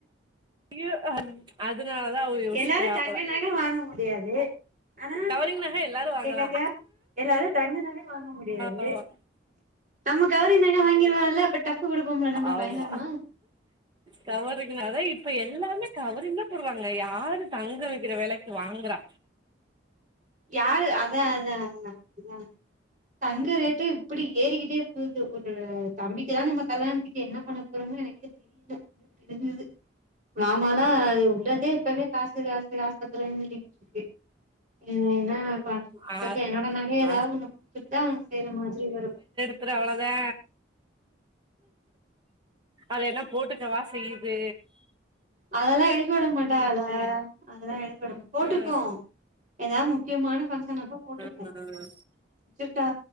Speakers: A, on the right; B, on the right.
A: ஐயோ அதனாலதா அவ யோசிக்கிறா
B: எல்லாரு தங்க
A: போல
B: நக வாங்க முடியாது ஆனா
A: கவரிங் நக எல்லாரு வாங்கலா
B: கே காத்தியா எல்லாரு தங்க நக வாங்க முடியாது
A: ஆமா
B: நம்ம கவரிங் நக வாங்கிறலால அப்ப டஃப்பு கொடுப்போம்ல நம்ம
A: ஆமா
B: பயங்கரமா
A: கவரிங் நா தா இப்ப எல்லாமே கவரிங் தா போடுவாங்க யாரு தங்க விக்கிற விக்கிற வெலைக்கு வாங்குறா
B: யாரு அதா அதா அதா அதா தங்க ரேட்டு இப்படி ஏறிக்கிட்டே போகுது ஒரு தம்பிக்கு எல்லா நம்ம கல்யாணத்துக்கு என்ன பண்ண போறமோ எனக்கே தெரில கிழிஞ்சிது மாமால உள்ளதே இப்பவே காசு காசு காசு பத்தலன் சொல்லிட்ருக்கு என்ன பண்றதுனு
A: ஆ
B: தெரில என்னோட நகைய ஏதாவது
A: ஆ
B: ஒன்ன கொடுத்துட்டு தா அவனுக்கு செய்ற மாரி வரு
A: ப்பறோ அவ்ளோதா அத என்ன போட்டு கவா செய்யுது
B: அதெல்லா எடுக்க விட மாட்டாகல அதெல்லா எடுக்க விட போட்டுபோ
A: ம்
B: ஏதாது முக்கியமான ஃபங்ஷன் அப்ப போட்டுக்வோ
A: ம்
B: திட்டா